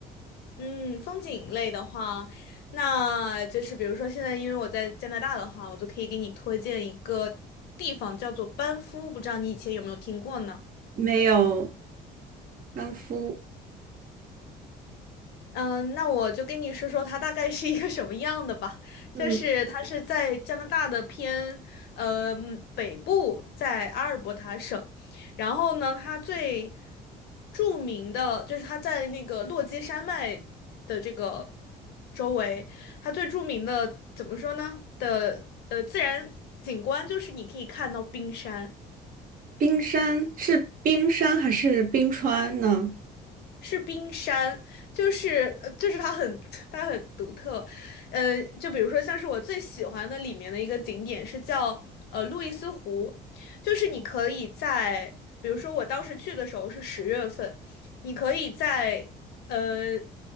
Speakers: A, on the left (about 75°); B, on the right (about 55°).
A: 嗯，风景类的话，那就是比如说现在因为我在加拿大的话，我就可以给你推荐一个地方叫做班夫，不知道你以前有没有听过呢？
B: 没有班夫。
A: 嗯，呃那我就跟你说说它大概是一个什么样的吧。
B: 嗯，
A: 就是它是在加拿大的偏呃嗯北部，在阿尔伯塔省。然后呢，它最著名的就是它在那个落基山脉的这个周围，它最著名的怎么说呢的呃自然景观就是你可以看到冰山。
B: 冰山是冰山还是冰川呢？
A: 是冰山，就是呃就是它很它很独特，呃，就比如说像是我最喜欢的里面的一个景点是叫呃路易斯湖，就是你可以在，比如说我当时去的时候是十月份，你可以在呃，